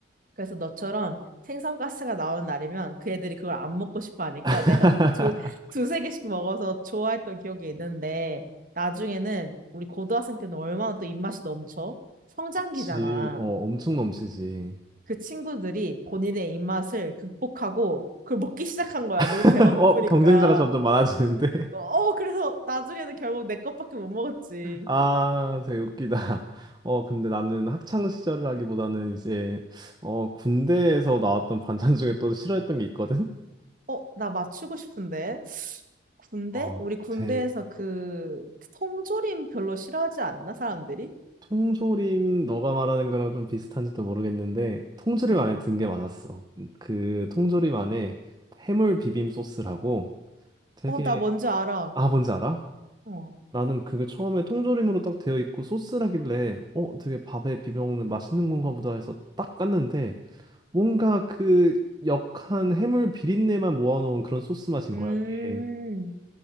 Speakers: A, on the right; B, on the right.
A: 그래서 너처럼 생선가스가 나오는 날이면 그 애들이 그걸 안 먹고 싶어 하니까
B: <laughs>
A: 내가 뭐 두, 두세 개씩 먹어서 좋아했던 기억이 있는데 나중에는 우리 고등학생 때는 얼마나 또 입맛이 넘쳐? 성장기잖아.
B: 그치. 어 엄청 넘치지.
A: 그 친구들이 본인의 입맛을 극복하고 그걸 먹기 시작한 거야. 너무
B: <laughs>
A: 배가 고프니까.
B: 어 경쟁자가 점점 많아지는데.
A: 어, 그래서 나중에는 결국 내 것밖에 못 먹었지.
B: 아, 되게 웃기다. <laughs> 어, 근데 나는 학창 시절을 하기보다는 이제 어, 군대에서 나왔던 반찬 중에 또 싫어했던 게 있거든.
A: 어, 나 맞추고 싶은데. 군대?
B: 어,
A: 우리 군대에서
B: 제,
A: 그 통조림 별로 싫어하지 않나, 사람들이?
B: 통조림 너가 말하는 거랑 좀 비슷한지도 모르겠는데 통조림
A: 어.
B: 안에 든 게 맞았어. 그 통조림 안에 해물 비빔 소스라고 되게
A: 어, 나 뭔지 알아.
B: 아 뭔지 알아?
A: 어.
B: 나는 그게 처음에 통조림으로 딱 되어 있고 소스라길래 어 되게 밥에 비벼 먹는 맛있는 건가 보다 해서 딱 깠는데 뭔가 그 역한 해물 비린내만 모아놓은 그런 소스 맛인
A: 음,
B: 거야, 이게.